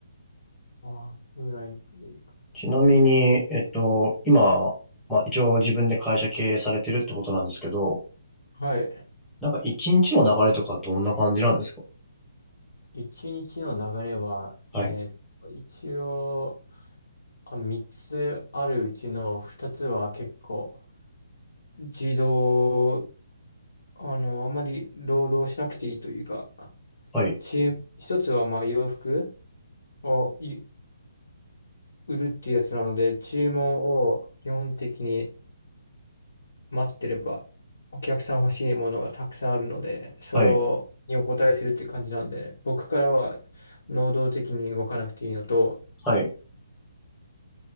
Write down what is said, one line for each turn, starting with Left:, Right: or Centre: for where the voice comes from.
Left: あフライトでいく。
Centre: ちなみに、えっと、今、まあ一応自分で会社経営されてるってことなんですけど、
Left: はい。
Centre: なんか一日の流れとかどんな感じなんですか
Left: 一日の流れは、
Centre: はい、
Left: えー一応、あ、三つあるうちの二つは結構、自動、あの、あまり労働しなくていいというか、
Centre: はい、
Left: 注一つはまあ洋服をい売るっていうやつなので、注文を基本的に待ってれば、お客さん欲しいものがたくさんあるので、それをにお答えするって感じなんで、
Centre: はい、
Left: 僕からは能動的に動かなくていいのと、
Centre: はい、